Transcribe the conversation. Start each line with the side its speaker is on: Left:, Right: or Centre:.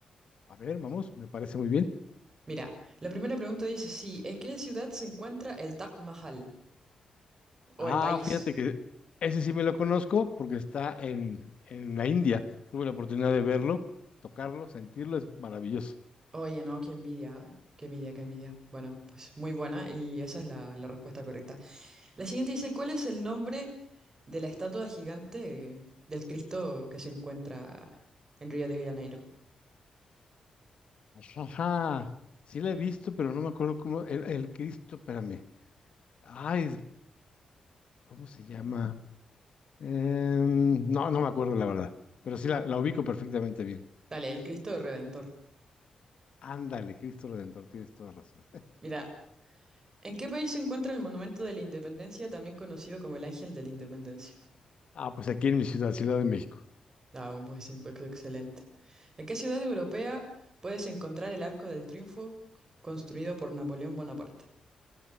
Left: A ver, vamos, me parece muy bien.
Right: Mira, la primera pregunta dice, sí, ¿en qué ciudad se encuentra el Taj Mahal? O
Left: Ah,
Right: el país.
Left: fíjate que ese sí me lo conozco porque está en, en la India. Tuve la oportunidad de verlo, tocarlo, sentirlo, es maravilloso.
Right: Oye, no, qué envidia, qué envidia, qué envidia. Bueno, pues muy buena y esa es la, la respuesta correcta. La siguiente dice, ¿cuál es el nombre de la estatua gigante eh, del Cristo que se encuentra en Río de Janeiro?
Left: Ajá, sí la he visto, pero no me acuerdo cómo, el, el Cristo, espérame. Ay, ¿cómo se llama? Em, no, no me acuerdo la verdad, pero sí la, la ubico perfectamente bien.
Right: Dale, el Cristo Redentor.
Left: Ándale, Cristo Redentor, tienes toda razón.
Right: Mira, ¿en qué país se encuentra el Monumento de la Independencia, también conocido como el Ángel de la Independencia?
Left: Ah, pues aquí en mi ciudad, Ciudad de México.
Right: Ah, bueno, pues sí, pues excelente. ¿En qué ciudad europea puedes encontrar el Arco del Triunfo construido por Napoleón Bonaparte?